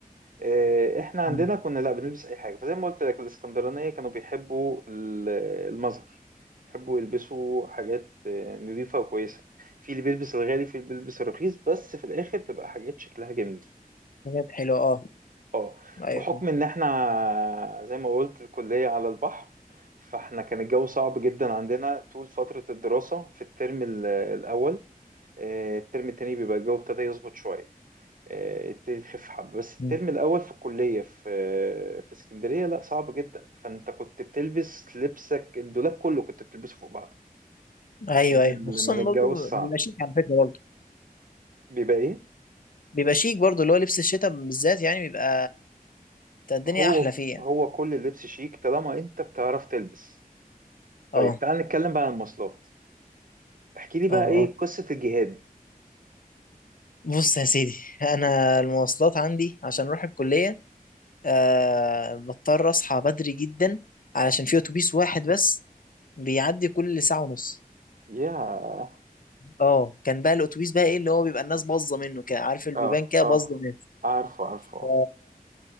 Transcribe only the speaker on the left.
مم.
حاجات حلوه اه
ايوه
فاهم.
مم.
ايوه
ايوه
وخصوصا
برضه
بيبقى شيك على فكره برضه
بيبقى شيك برضه اللي هو لبس الشتاء بالذات يعني بيبقى بتاع الدنيا
احلى فيه يعني
اه
اه اه
بص يا سيدي انا المواصلات عندي عشان اروح الكليه آه بضطر اصحى بدري جدا علشان في اتوبيس واحد بس بيعدي كل ساعه ونص
اه كان بقى الاتوبيس بقى ايه اللي هو بيبقى الناس باظه منه كده عارف البيبان
كده
باظه ناس
ف...